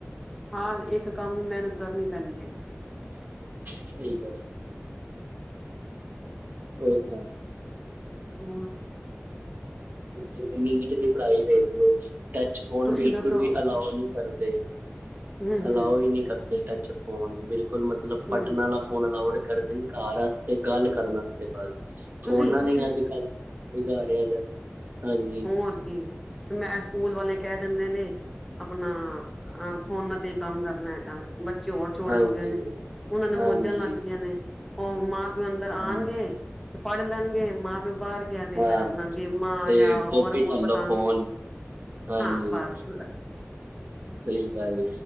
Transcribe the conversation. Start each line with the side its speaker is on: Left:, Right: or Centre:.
Centre: ਹਾਂ, ਇੱਕ ਕੰਮ ਨੂੰ ਮਿਹਨਤ ਕਰਨੀ ਪੈਂਦੀ ਹੈ ਜੀ।
Right: ਸਹੀ ਗੱਲ। ਉਹ, ਤਾਂ।
Centre: ਹੂ।
Right: ਜਿਵੇਂ ਨੀਟ ਦੀ, ਪੜ੍ਹਾਈ ਵੇਖਲੋ ਟੱਚ, ਫੋਨ
Centre: ਤੁਸੀਂ
Right: ਬਿਲਕੁਲ
Centre: ਦੱਸੋ
Right: ਵੀ ਅਲਾਓ ਨਹੀਂ ਕਰਦੇ
Centre: ਹੂੰ
Right: ਅਲਾਓ
Centre: ਹੂੰ
Right: ਵੀ, ਨਹੀਂ ਕਰਦੇ ਟੱਚ, ਫੋਨ ਬਿਲਕੁਲ ਮਤਲਬ ਪਟਨਾਂ
Centre: ਹੂੰ
Right: ਲਾ ਫੋਨ ਅਲਾਊਡ ਕਰਦੇ ਨੇ, ਘਰ ਵਾਸਤੇ ਗੱਲ ਕਰਨ ਵਾਸਤੇ ਬਸ
Centre: ਤੁਸੀਂ
Right: ਫੋਨਾਂ
Centre: ਤੁਸੀਂ
Right: ਦੀ ਅੱਜ ਕੱਲ ਵਿਗਾੜਿਆ ਜ, ਹਾਂਜੀ।
Centre: ਹੋਰ ਕੀ ਮੈਂ, ਸਕੂਲ ਵਾਲੇ ਕਹਿ ਦਿੰਦੇ ਨੇ ਆਪਣਾ ਅ, ਫੋਨਾਂ ਤੇ ਹੀ, ਕੰਮ ਕਰਨਾ ਹੈਗਾ ਵੈ। ਚੋਰ ਛੇੜੇ
Right: ਹਾਂਜੀ
Centre: ਹੋ ਗਏ ਨੇ, ਉਹਨਾਂ ਨੂੰ
Right: ਹਾਂਜੀ
Centre: ਮੋਜਾਂ ਲੱਗ ਗਈਆਂ ਨੇ, ਉਹ ਮਾਂ ਪਿਓ ਅੰਦਰ ਆਣਗੇ
Right: ਹਾਂਜੀ
Centre: ਤੇ ਪੜ੍ਹ ਲੈਣਗੇ ਮਾਂ ਪਿਓ ਬਾਹਰ ਗਿਆ ਤੇ,
Right: ਹਾਂ
Centre: ਫਿਰ ਆਪਣਾ ਗੇਮਾਂ
Right: ਤੇ
Centre: ਜਾਂ
Right: ਕਾਪੀ
Centre: ਉੜ
Right: ਥੱਲੋਂ
Centre: ਪਤੰਗ
Right: ਫੋਨ ਹਾਂਜੀ
Centre: ਹਾਂ। ਬਸ
Right: ਸਹੀ ਗੱਲ